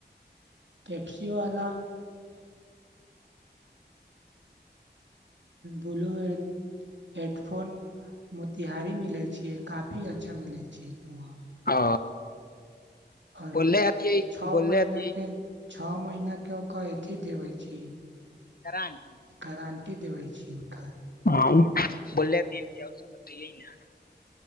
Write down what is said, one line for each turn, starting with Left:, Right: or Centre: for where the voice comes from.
Right: टाइपिसँ वाला ब्लू हेडफोन मोतिहारीमे मिलै छै, काफी नीक मिलै छै ओतय।
Left: ह
Right: आओर
Left: बोलल आती ह
Right: छओ
Left: बोलने
Right: महीना
Left: आती है
Right: के छओ महिनाके ओक अथी देबै छी
Left: इकरा आंटी
Right: घरा देबै छी ओकर
Left: बोल रहे त कि आओर सभ बता यी ने